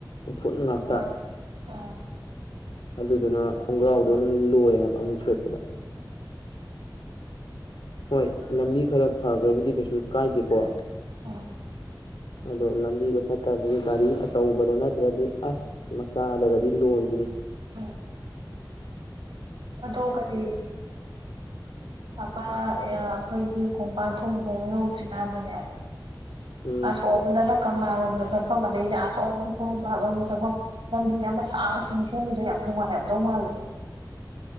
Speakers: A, on the left; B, on the right.
A: ꯎꯐꯨꯠ ꯉꯥꯛꯇ
B: ꯍꯣꯏ ꯎꯝ
A: ꯑꯗꯨꯗꯨꯅ ꯈꯣꯡꯒ꯭ꯔꯥꯎꯗꯣ ꯑꯗꯨꯝ ꯂꯣꯏ ꯍꯥꯏꯕ ꯑꯃꯨꯛ ꯁꯦꯠꯄꯗ ꯍꯣꯏ ꯂꯝꯕꯤ ꯈꯔ ꯐꯈ꯭ꯔꯕꯗꯤ ꯀꯩꯁꯨ ꯀꯥꯏꯗꯦꯀꯣ
B: ꯎꯝ
A: ꯑꯗꯣ ꯂꯝꯕꯤꯗꯣ ꯐꯠꯇ꯭ꯔꯗꯤ ꯒꯥꯔꯤ ꯑꯆꯧꯕꯗ ꯅꯠꯇ꯭ꯔꯗꯤ ꯑꯁ ꯃꯆꯥꯗꯒꯗꯤ ꯂꯣꯏꯕꯅꯤ
B: ꯎꯝ
A: ꯑ
B: ꯑꯗꯣ ꯀꯔꯤ ꯑꯃ ꯑꯩꯈꯣꯏꯒꯤ ꯀꯣꯡꯄꯥ ꯊꯣꯡ ꯈꯣꯡ ꯌꯧꯗ꯭ꯔꯤꯀꯥꯟꯗꯅꯦ
A: ꯎꯝ
B: ꯑ ꯁꯣꯝꯗꯅ ꯀꯪꯂꯥꯔꯣꯝꯗ ꯆꯠꯐꯝ ꯑꯗꯩꯗꯤ ꯑꯁꯣꯡꯝꯊꯣꯡ ꯂꯝ ꯄꯥꯂꯣꯝꯗ ꯆꯠꯐꯝ ꯂꯝꯕꯤ ꯑꯃ ꯁꯥꯡ ꯁꯥꯡ ꯁꯦꯝꯕꯤꯗꯣ ꯌꯥꯝ ꯅꯨꯡ ꯍꯥꯏꯦꯕꯗꯣ ꯃꯥꯜꯦ
A: <unintelligible>